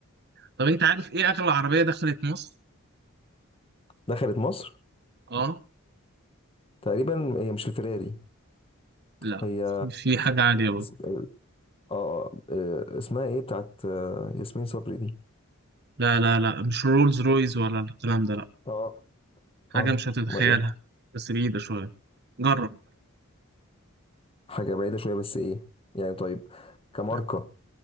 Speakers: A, on the right (about 50°); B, on the left (about 25°).
A: طب انت عارف ايه اغلى عربيه دخلت مصر
B: دخلت مصر
A: اه
B: تقريبا هي مش الفيراري
A: لا
B: هي
A: في في حاجه عاليه برضه
B: اسم- أيوة. اه آه، آه، اسمها ايه بتاعت آه، ياسمين صبري دي
A: لا لا لا مش رولز رويز ولا الكلام ده لا
B: اه
A: حاجه
B: اه
A: مش هتتخيلها
B: امال ايه
A: بس بعيده شويه جرب
B: حاجة بعيدة شوية بس ايه يعني طيب كماركة
A: لا.